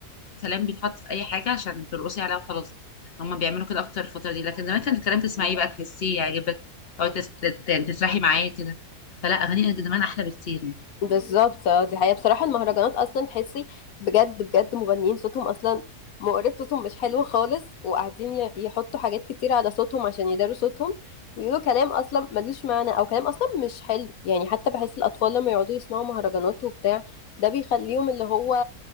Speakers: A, on the left; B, on the left.
A: كلام بيتحط في اي حاجه عشان ترقصي عليها وخلاص هما بيعملوا كده اكتر الفتره دي لكن زمان كان الكلام تسمعيه بقى تحسيه يعجبك او تس... تت- يعني تسرحي معاه كده فلا اغاني زمان احلى بكتير يعني
B: بالظبط اه دي حقيقة بصراحة المهرجانات أصلا تحسي بجد بجد مغنيين صوتهم أصلا مقرف صوتهم مش حلو خالص وقاعدين ي- يحطوا حاجات كتير على صوتهم عشان يداروا صوتهم ويقولوا كلام أصلا ملوش معنى أو كلام أصلا مش حلو يعني حتى بحس الأطفال لما يقعدوا يسمعوا مهرجانات وبتاع ده بيخليهم اللي هو